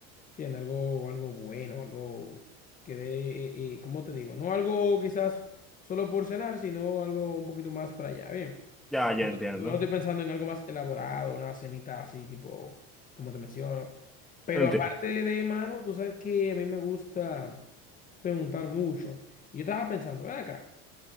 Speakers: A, on the left; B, in the centre.
A: Tiene algo, algo bueno, algo que dé, eh, eh, ¿cómo te digo? No algo quizás solo por cenar, sino algo un poquito más para allá. Bien.
B: Ya, ya
A: Eso-
B: entiendo.
A: No estoy pensando en algo más elaborado, una cenita así, tipo, como te menciono. Pero
B: Entiendo.
A: aparte de mano, tú sabes que a mí me gusta preguntar mucho. Y yo estaba pensando, ven acá,